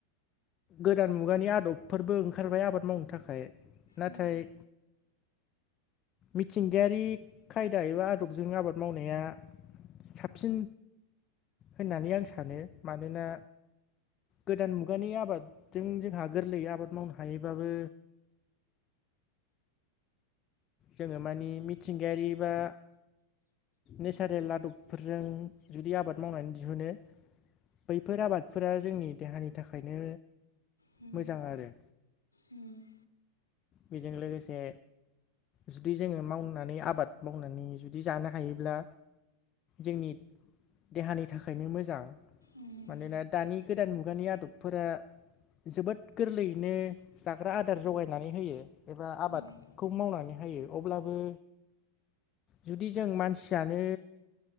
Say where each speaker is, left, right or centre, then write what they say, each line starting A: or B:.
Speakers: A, on the left; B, on the left.
A: गोदान मुगानि आदबफोरबो ओंखारबाय आबाद मावनो थाखाय। नाथाय
B: उम
A: मिथिंगायारि खायदा एबा आदबजों आबाद मावनाया साबसिन होननानै आं सानो मानोना गोदान मुगानि आबादजों जोंहा गोरलैयै आबाद मावनो हायोबाबो जोङो मानि मिथिंगायारि बा नेचारेल आदबफोरजों जुदि आबाद मावनानै दिहुनो बैफोर आबादफोरा जोंनि देहानि थाखायनो
B: उम
A: मोजां आरो
B: उम
A: बेजों लोगोसे जुदि जोङो मावनानै आबाद मावनानै जुदि जानो हायोब्ला जोंनि देहानि थाखायनो मोजां।
B: उम
A: मानोना दानि गोदान मुगानि आदबफोरा जोबोद गोरलैयैनो जाग्रा आदार जगाय नानै होयो एबा आबादखौ
B: उम
A: मावनानै होयो अब्लाबो जुदि जों मानसियानो